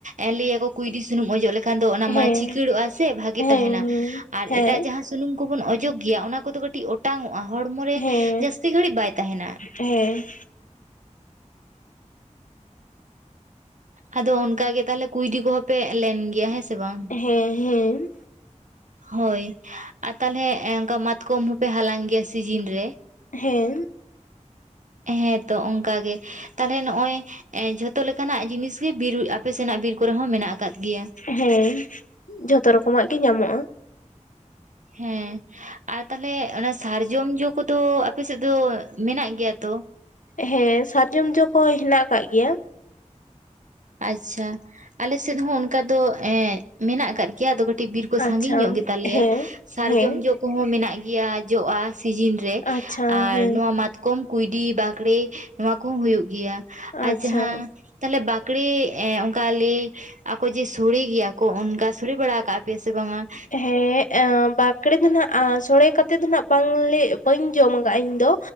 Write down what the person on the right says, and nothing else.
ᱮ ᱞᱟᱹᱭᱟᱠᱚ ᱠᱩᱭᱰᱤ ᱥᱩᱱᱩᱢ ᱚᱡᱚᱜ ᱞᱮᱠᱷ ᱠᱷᱟᱱ ᱫᱚ ᱚᱱᱟ
ᱢᱟ ᱪᱤᱠᱟᱹᱲᱚᱜᱼᱟ ᱥᱮ ᱵᱷᱟᱜᱤ
ᱛᱟᱦᱮᱱᱟ ᱟᱨ
ᱮᱴᱟᱜ ᱡᱟᱦᱟᱸ ᱥᱩᱱᱩᱢ ᱠᱚᱵᱚᱱ ᱚᱡᱚᱜ ᱜᱮᱭᱟ ᱚᱱᱟ ᱠᱚᱫᱚ ᱠᱟᱹᱴᱤᱡ ᱚᱴᱟᱝ ᱚᱜᱼᱟ ᱦᱚᱲᱢᱚ ᱨᱮ
ᱡᱟᱹᱥᱛᱤ ᱜᱷᱟᱹᱲᱤᱡ ᱵᱟᱭ ᱛᱟᱦᱮᱱᱟ
ᱟᱫᱚ ᱚᱱᱠᱟᱜᱮ ᱛᱟᱦᱞᱮ ᱠᱩᱭᱰᱤ ᱠᱚᱦᱚᱸ ᱯᱮ ᱞᱮᱱ ᱜᱮᱭᱟ ᱦᱮᱸ ᱥᱮ ᱵᱟᱝ
ᱦᱳᱭ ᱟᱨ ᱛᱟᱦᱚᱞᱮ ᱚᱱᱠᱟ ᱢᱟᱛᱠᱚᱢ ᱦᱚᱸᱯᱮ ᱦᱟᱞᱟᱝ ᱜᱮᱭᱟ ᱥᱤᱡᱤᱱ ᱨᱮ
ᱦᱮᱸ ᱛᱚ ᱚᱱᱠᱟ ᱜᱮ, ᱛᱟᱦᱚᱞᱮ ᱱᱚ-ᱚᱭ ᱡᱷᱚᱛᱚ ᱞᱮᱠᱟᱱᱟᱜ ᱡᱤᱱᱤᱥ ᱜᱮ, ᱵᱤᱨ ᱟᱯᱮ ᱥᱮᱱᱟᱜ ᱵᱤᱨ ᱠᱚᱨᱮ ᱦᱚᱸ ᱢᱮᱱᱟᱜ ᱟᱠᱟᱫ ᱜᱮᱭᱟ?
ᱦᱮᱸ, ᱟᱨ ᱛᱟᱦᱚᱞᱮ ᱚᱱᱟ ᱥᱟᱨᱡᱚᱢ ᱡᱚ ᱠᱚᱫᱚ, ᱟᱯᱮᱥᱮᱫ ᱫᱚ ᱢᱮᱱᱟᱜ ᱜᱮᱭᱟ ᱛᱚ?
ᱟᱪᱪᱷᱟ, ᱟᱞᱮ ᱥᱮᱫ ᱦᱚᱸ ᱚᱱᱠᱟ ᱫᱚ ᱮᱸ ᱢᱮᱱᱟᱜ ᱟᱠᱟᱫ ᱜᱮᱭᱟ, ᱟᱫᱚ ᱠᱟᱹᱴᱤᱡ ᱵᱤᱨ ᱠᱚ
ᱥᱟᱺᱜᱤᱧ ᱧᱚᱜ ᱜᱮ ᱛᱟᱞᱮᱭᱟ᱾
ᱥᱟᱨᱡᱚᱢ
ᱡᱚᱜ ᱠᱚᱦᱚᱸ ᱢᱮᱱᱟᱜ ᱜᱮᱭᱟ, ᱡᱚᱜᱼᱟ ᱥᱤᱡᱤᱱ ᱨᱮ,
ᱟᱨ
ᱱᱚᱣᱟ ᱢᱟᱛᱠᱚᱢ ᱠᱩᱭᱰᱤ, ᱵᱟᱠᱲᱮ ᱱᱚᱣᱟ ᱠᱚᱦᱚᱸ ᱦᱩᱭᱩᱜ ᱜᱮᱭᱟ, ᱟᱨ
ᱡᱟᱦᱟᱸ ᱛᱟᱞᱮ ᱵᱟᱠ -ᱠᱮᱲᱮ ᱮ ᱚᱝᱠᱟ ᱞᱮ ᱟᱠᱚ ᱡᱮ, ᱥᱚᱲᱮ ᱜᱮᱭᱟ ᱠᱚ, ᱚᱱᱠᱟ ᱥᱚᱲᱮ ᱵᱟᱲᱟ ᱟᱠᱟᱜ ᱯᱮ ᱥᱮ ᱵᱟᱝᱟ?